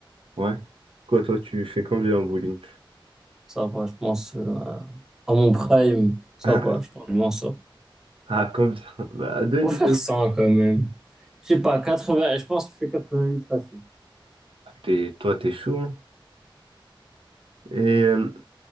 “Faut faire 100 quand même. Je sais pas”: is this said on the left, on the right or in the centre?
Centre